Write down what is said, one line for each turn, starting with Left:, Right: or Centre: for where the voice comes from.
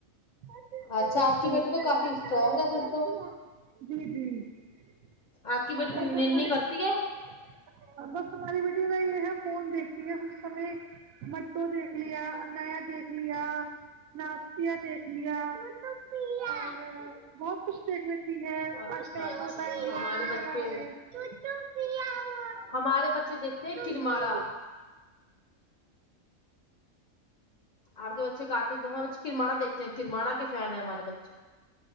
Right: <unintelligible>
Left: اچھا آپ کی بیٹی تو کافی اسٹرانگ ہے پھر تو آپ کی بیٹی ننی کرتی ہے
Right: <inaudible> بائی یہ ہے فون دیکتی ہے سیں مرتو دیکھ لیا اننایا دیکھ دیکھ لیا ناسیا دیکھ لیا اور بہت کچھ دیکھ لی ر
Left: اچھا اچھا
Right: ہوتاا
Left: ہمارے بچے
Right: رہےو کیاو
Left: ہمارے بچے دیکھتے ہیں کرماڑا
Right: و
Left: آپ کے بچے کٹون ہمارے بچے کرمانا دیکھ ہیں کرراڑ کے فین ہیں ہمارے بچے